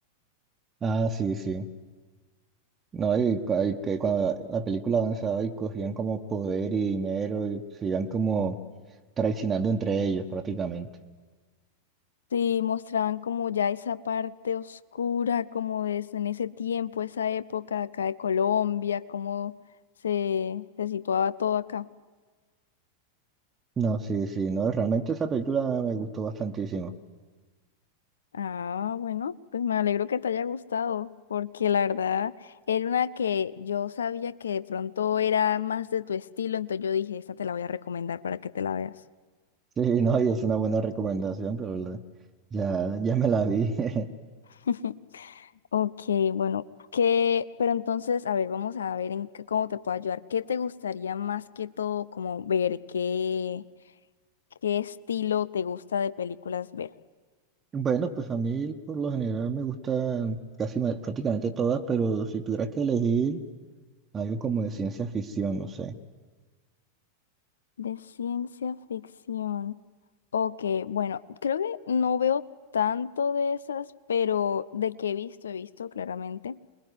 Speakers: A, on the right; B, on the left.
A: Ah, sí, sí. No, y, cu- y que cuando la película avanzaba y cogían como poder y dinero y se iban como traicionando entre ellos prácticamente.
B: Sí, mostraban como ya esa parte oscura, como es en ese tiempo, esa época acá de Colombia, cómo se, se situaba todo acá.
A: No, sí, sí, no, realmente esa película me gustó bastantísimo. <laughs>
B: Ah, bueno, pues me alegro que te haya gustado, porque la verdad era una que yo sabía que de pronto era más de tu estilo, entonces yo dije, esta te la voy a recomendar para que te la veas.
A: Sí, no, y es una buena recomendación, pero la- ya, ya me la vi. <laughs>
B: <laughs> Ok, bueno, ¿qué? Pero entonces, a ver, vamos a ver en qué, cómo te puedo ayudar. ¿Qué te gustaría más que todo como ver? ¿Qué, qué estilo te gusta de películas ver?
A: Bueno, pues a mí por lo general me gustan casi ma- prácticamente todas, pero si tuviera que elegir algo como de ciencia ficción, no sé.
B: De ciencia ficción. Ok, bueno, creo que no veo tanto de esas, pero de que he visto, he visto claramente.